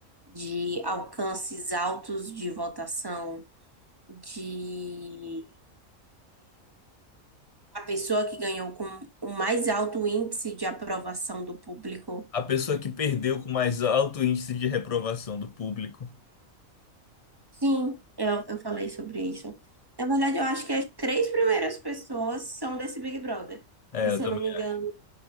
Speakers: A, on the right (about 20°); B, on the left (about 70°).
A: de alcances altos de votação, de A pessoa que ganhou com o mais alto índice de aprovação do público.
B: A pessoa que perdeu com mais alto índice de reprovação do público.
A: Sim, eu, eu falei sobre isso. Na verdade, eu acho que as três primeiras pessoas são desse Big Brother.
B: É,
A: Que,
B: eu
A: se
B: também
A: eu não me engano,
B: acho.